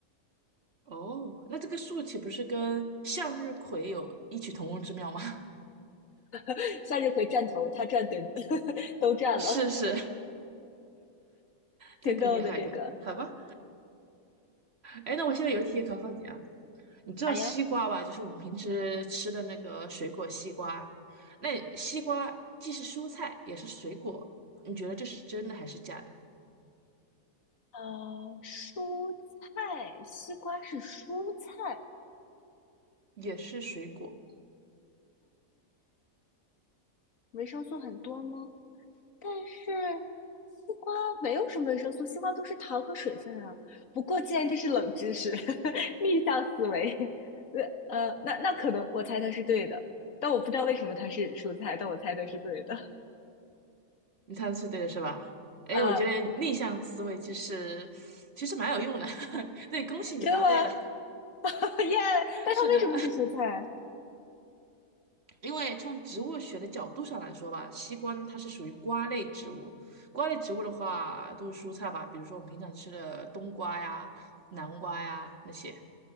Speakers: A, on the right (about 50°); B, on the left (about 70°).
A: 哦，那这个树岂不是跟向日葵有异曲同工之妙吗？<laughs>
B: <laughs> 向日葵站头，它站根，<laughs> 都站了，
A: 是是，
B: 挺逗的这个。
A: 他更厉害一点，好吧？哎，那我现在有题也考考你啊，你知道西瓜吧？
B: 好呀。
A: 就是我们平时吃的那个水果西瓜，那西瓜既是蔬菜也是水果，你觉得这是真的还是假的？
B: 呃，蔬菜，西瓜是蔬菜，
A: 也是水果，
B: 维生素很多吗？但是西瓜没有什么维生素，西瓜都是糖和水分啊。不过既然这是冷知识，<laughs> 逆向思维，呃呃，那那可能我猜它是对的，但我不知道为什么它是蔬菜，但我猜它是对的。
A: 你猜的是对的是吧？哎，
B: 呃，
A: 我觉得逆向思维其实其实蛮有用的，<laughs> 对，恭喜你答对了，
B: 真的吗？<laughs> 耶！但它为什么是蔬菜啊？
A: <laughs> 是的。因为从植物学的角度上来说吧，西瓜呢它是属于瓜类植物。瓜类植物的话，都是蔬菜吧，比如说我们平常吃的冬瓜呀、南瓜呀那些，